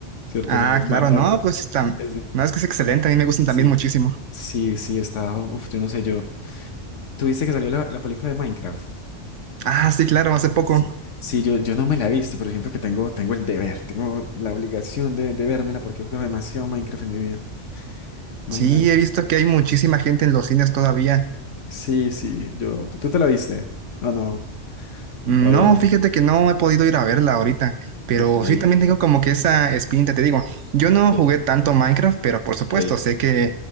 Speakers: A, on the left; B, on the right.
A: ¿Cierto?
B: Ah,
A: Me ma-
B: claro,
A: muerta.
B: no, pues está.
A: Ese,
B: No, es que es excelente, a mí me gustan también
A: Sí.
B: muchísimo.
A: Sí, sí, está. Uf, yo no sé, yo. ¿Tuviste que salió la, la película de Minecraft?
B: Ah, sí, claro, hace poco.
A: Sí. Sí, yo, yo no me la he visto, pero siento que tengo, tengo el deber, tengo la obligación de, de vérmela porque he jugado demasiado Minecraft en mi vida. Imagínate.
B: Sí, he visto que hay muchísima gente en los cines todavía.
A: Sí, sí, yo. ¿Tú te la viste? No, no,
B: No,
A: todavía no.
B: fíjate que no he podido ir a verla ahorita, pero
A: Ok,
B: sí también tengo como que esa espinita, te digo, yo no
A: sí,
B: jugué tanto Minecraft, pero por supuesto,
A: ok.
B: sé que